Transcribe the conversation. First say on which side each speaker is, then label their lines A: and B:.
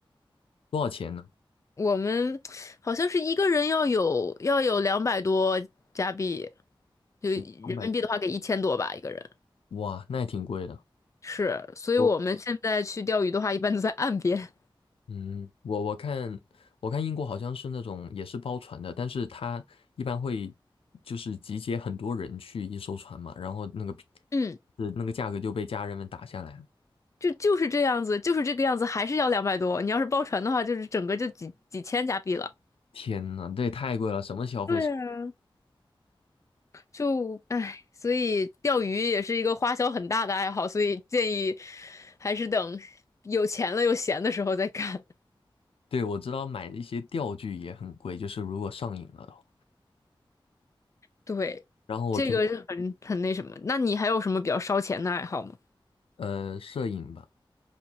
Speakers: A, on the left; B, on the left.
A: 多少钱呢？
B: 我们好像是一个人要有要有两百多加币，就人民币的话给一千多吧一个人。
A: 两百哇，那也挺贵的。
B: 是，所以我们现在去钓鱼的话，
A: 我，
B: 一般都在岸边。
A: 嗯，我我看我看英国好像是那种也是包船的，但是它一般会就是集结很多人去一艘船嘛，然后那个
B: 嗯，
A: 是那个价格就被家人们打下来了。
B: 就就是这样子，就是这个样子，还是要两百多。你要是包船的话，就是整个就几几千加币了。
A: 天呐，这也太贵了，什么消费是
B: 对啊，就唉，所以钓鱼也是一个花销很大的爱好，所以建议还是等有钱了又闲的时候再干。
A: 对，我知道买一些钓具也很贵，就是如果上瘾了的话。
B: 对，
A: 然后我平
B: 这个是很很那什么。那你还有什么比较烧钱的爱好吗？
A: 呃摄影吧。